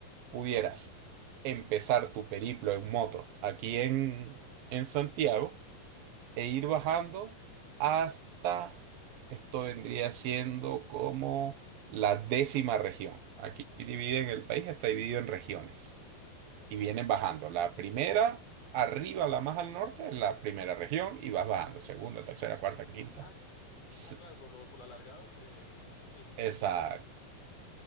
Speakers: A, on the right; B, on the left.
A: pudieras empezar tu periplo en moto aquí en, en Santiago e ir bajando hasta, esto vendría siendo como la décima región. Aquí dividen el país, está dividido en regiones. y vienen bajando. La primera, arriba, la más al norte, es la primera región y vas bajando. Segunda, tercera, cuarta, quinta.
B: Ah,
A: S-
B: Ah, claro, por lo, por lo alargado se... Sí, supongo
A: Exacto.
B: que Ujú. se le- sí.